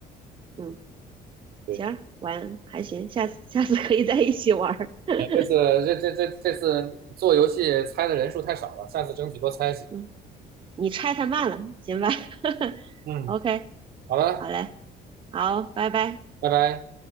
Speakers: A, on the right (about 30°); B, on the right (about 65°).
A: 嗯，
B: 对，
A: 行，玩还行，下次下次可以在一起玩儿。<laughs>
B: 行，这次这这这这次做游戏猜的人数太少了，下次争取多猜几个。
A: 嗯，你拆太慢了，行吧 <laughs>？OK，
B: 嗯，好了，
A: 好嘞，好，拜拜。
B: 拜拜。